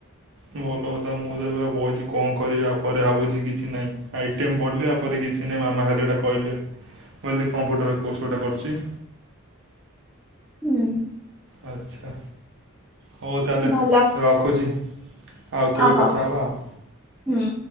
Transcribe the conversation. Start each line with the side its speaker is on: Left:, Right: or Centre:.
Right: ଭଲ କଥା ମୁଁ ତ ଏବେ ବଇଛି କଣ କରି ପରରେ ଭାବୁଛି କିଛି ନାହିଁ ଆ ଟଟିମ୍ ପଢ଼ିଲି ଆପରେ କିଛି ନାହି ମାମା ହେଲେ ଏଇଟା କହିଲେ ମୁଁ ହେିଲି କମ୍ପ୍ୟଟର କୋର୍ସ ଗୋଟା କରିଛି।
Centre: ହୁଁ।
Right: ଆଚ୍ଛା ହଉ ତାହେଲେ
Centre: ଭଲ
Right: ରଖୁଛି। ଆଉ କେବେ
Centre: ଅ ହଉ
Right: କଥା ହେବା ଆଉ?
Centre: ହୁଁ।